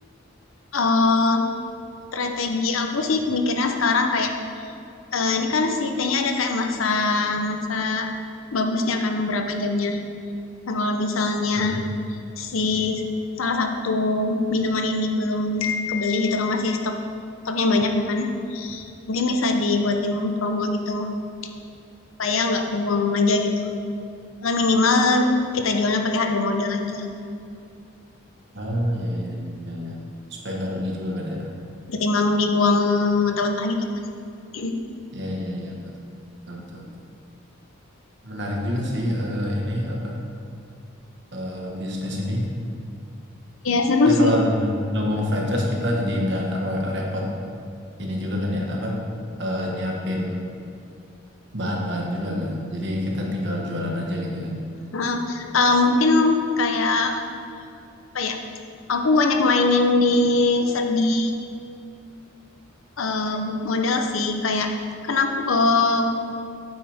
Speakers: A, on the left; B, on the right.
A: eee, strategi aku sih mikirnya sekarang kayak Eee, ini kan si T-nya ada kayak masa masa bagusnya kan beberapa jamnya. Nah, kalau misalnya
B: Aha.
A: si salah satu minuman ini belum kebeli gitu kan, masih stok stoknya banyak ya kan, mungkin bisa dibuatin promo gitu, supaya nggak kebuang aja gitu. Kalau minimal kita jualnya pakai harga modal aja
B: Oh iya iya iya iya. Supaya nggak rugi juga kan ya?
A: ketimbang dibuang mentah-mentah gitu kan. <clears throat>
B: Iya iya iya betul betul betul. betul. Menarik juga sih eh, ini apa? eh, bisnis ini
A: Iya,
B: <clears throat>
A: seru
B: ya
A: sih.
B: kalau gabung franchise kita jadi nggak re- repot ini juga kan ya apa eh, nyiapin bahan-bahan juga kan jadi kita tinggal jualan aja gitu kan
A: Heeh, eee, mungkin kayak, apa ya, aku banyak mainin di ser di Eee, modal sih kayak kenapa aku,